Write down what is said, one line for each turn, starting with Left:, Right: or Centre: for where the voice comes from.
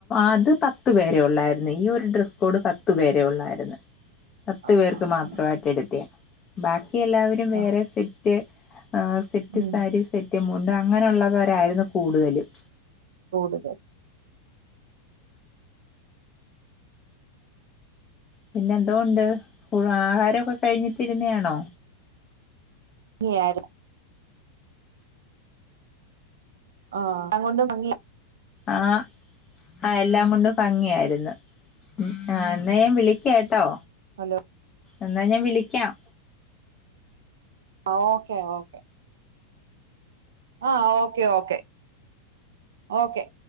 Left: അത് പത്ത് പേരെ ഉള്ളായിരുന്ന് ഈ ഒരു ഡ്രസ്സ് കോഡ് പത്തു പേരെ ഉണ്ടായിരുന്ന് പത്ത്
Right: ആഹ്
Left: പേർക്ക്
Right: ആഹ്
Left: മാത്രമായിട്ട്
Right: ആഹ്
Left: എടുത്തയാ ബാക്കി എല്ലാവരും വേറെ
Right: ആഹ്
Left: സെറ്റ് ആഹ് സെറ്റ്
Right: ഉം
Left: സാരി സെറ്റ് മുണ്ട്‌ അങ്ങനെയുള്ളവരായിരുന്നു കൂടുതലും
Right: കൂടുതൽ
Left: പിന്നെ എന്തോണ്ട് ആഹാരം ഒക്കെ കഴിഞ്ഞിട്ടിരുന്നാണോ
Right: <unintelligible> ആഹ് എല്ലാംകൊണ്ട് ഭംഗിയാ
Left: ആഹ് ആഹ് എല്ലാം കൊണ്ടും ഭംഗിയായിരുന്ന് ആഹ് എന്നാ ഞാൻ വിളിക്ക കേട്ടോ
Right: ഹലോ
Left: എന്നാ ഞാൻ വിളിക്കാം
Right: ഓക്കെ ഓക്കെ ആഹ് ഓക്കേ ഓക്കേ ഓക്കെ